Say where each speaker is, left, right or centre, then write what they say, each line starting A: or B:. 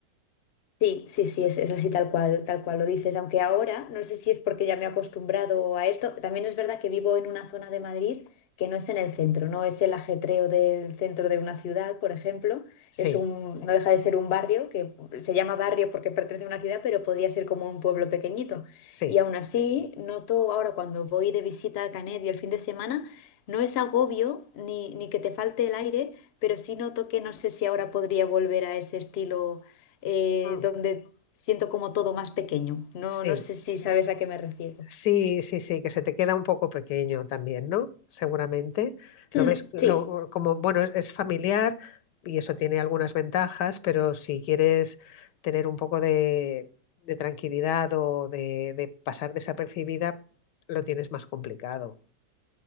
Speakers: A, on the left (about 60°); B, on the left (about 90°).
A: Sí, sí, sí, es, es así tal cual, tal cual lo dices, aunque ahora no sé si es porque ya me he acostumbrado a esto, también es verdad que vivo en una zona de Madrid que no es en el centro, no es el ajetreo del centro de una ciudad, por ejemplo,
B: Sí,
A: es un, no deja de ser un barrio que se llama barrio porque pertenece a una ciudad, pero podría ser como un pueblo pequeñito.
B: sí.
A: Y aún así, noto ahora cuando voy de visita a Canet y el fin de semana, no es agobio ni, ni que te falte el aire, pero sí noto que no sé si ahora podría volver a ese estilo eh,
B: Mm,
A: donde siento como todo más pequeño. No,
B: Sí,
A: no sé si sabes a qué me refiero.
B: sí, sí, sí, que se te queda un poco pequeño también, ¿no? Seguramente. Lo
A: Mm,
B: ves lo-
A: sí,
B: como, bueno, es, es familiar y eso tiene algunas ventajas, pero si quieres tener un poco de, de tranquilidad o de, de pasar desapercibida, lo tienes más complicado.